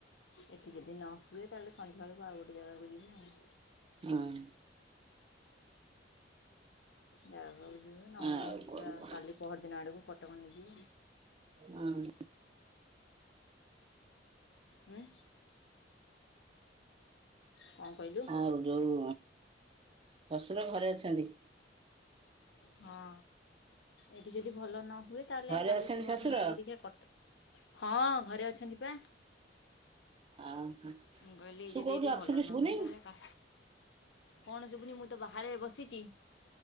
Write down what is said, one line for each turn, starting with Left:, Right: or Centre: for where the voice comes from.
Left: ଏଠି ଯଦି ନ ହୁଏ, ତାହେଲେ ସନ୍ଧ୍ୟାବେଳକୁ ଆଉ ଗୋଟେ ଜାଗାକୁ ଯିବୁ ଆଉ।
Right: ହଁ।
Left: ଜାଗାକୁ ଯିବୁ ନହେଲେ
Right: ଆଉ
Left: ନାହିଁ,
Right: କଣ କହ
Left: କାଲି ପହରଦିନ ଆଡ଼କୁ, କଟକ ନେଇଯିବୁ।
Right: ହଁ।
Left: ହୁଁ। କଣ କହିଲୁ?
Right: ଆଉ ଯୋଉ ଶଶୁର ଘରେ ଅଛନ୍ତି?
Left: ହଁ ଏଠି ଯଦି ଭଲ ନ ହୁଏ, ତାହେଲେ
Right: ଘରେ
Left: କାଲି
Right: ଅଛନ୍ତି
Left: ପହର
Right: ଶ୍ୱଶୁର?
Left: ଦିନ ଆଡ଼କୁ କଟକ ନେଇଯିବୁ। ହଁ ଘରେ ଅଛନ୍ତି ପା।
Right: ଆ ହଁ।
Left: ମୁଁ କହିଲି
Right: ତୁ
Left: ଯଦି
Right: କୋଉଠି
Left: ଏଠି
Right: ଅଛୁ
Left: ଭଲ
Right: କି
Left: ନ
Right: ଶୁବୁନି?
Left: ହୁଏ ତାହେଲେ କା କଣ, ଶୁଭୁନି? ମୁଁ ତ ବାହାରେ ବସିଛି।